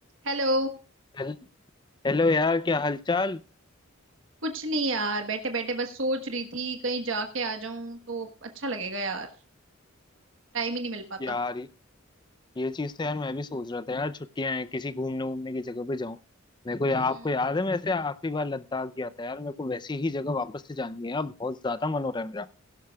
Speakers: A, on the right; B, on the left.
A: Hello
B: Hello- hello यार क्या हालचाल
A: कुछ नहीं यार बैठे बैठे बस सोच रही थी कहीं जाके आ जाऊं तो अच्छा लगेगा यार टाइम ही नहीं मिल पाता
B: यार ये चीज तो यार मैं भी सोच रहा था यार छुट्टियां हैं किसी घूमने घूमने की जगह पे जाऊं मेरे को या,
A: हम्म
B: आपको याद है मैं ऐसे आखिरी बार लद्दाख गया था यार मेरे को वैसी ही जगह वापस से जानी है अब बहुत ज्यादा मन हो रहा है मेरा